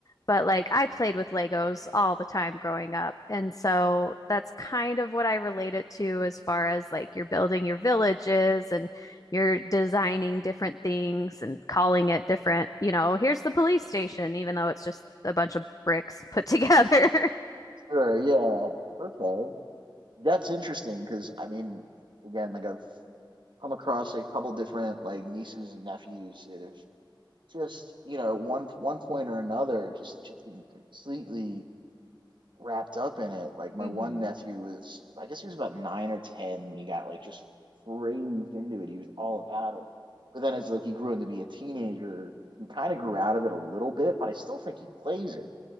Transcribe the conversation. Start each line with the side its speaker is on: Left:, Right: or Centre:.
Left: But like I played with Legos all the time growing up. And so that's kind of what I relate it to as far as like you're building your villages and you're designing different things and calling it different, you know, here's the police station, even though it's just a bunch of bricks put together.
Right: Sure, yeah. Okay. That's interesting because I mean, again, like I've come across a couple different like nieces and nephews that have just, you know, one one point or another just just been completely wrapped up in it. Like my
Left: <laughs> hmm
Right: one nephew was, I guess he was about nine or ten when he got like just raised into it. He was all about it. But then as like he grew into be a teenager, he kind of grew out of it a little bit, but I still think he plays it.